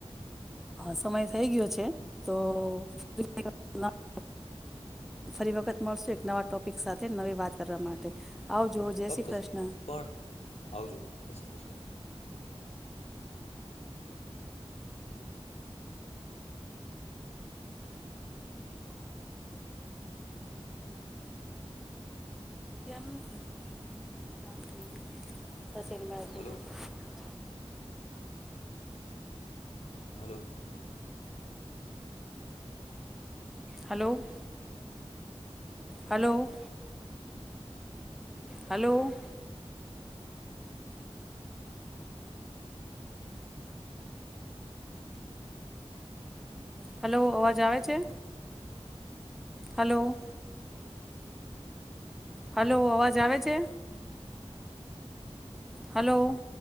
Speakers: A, in the centre; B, on the left (about 80°).
A: હા સમય થઈ ગયો છે. તો <inaudible> ફરી વખત મળશું એક નવા ટોપિક સાથે નવી વાત કરવા માટે. આવજો જય
B: ચોક્કસ
A: શ્રી કૃષ્ણ
B: પણ આવજો. જય Shri Krishna.
A: <inaudible> <inaudible>
B: Hello hello.
A: Hello. Hello. Hello. Hello, અવાજ આવે છે? હાલો. હાલો, અવાજ આવે છે? હાલો.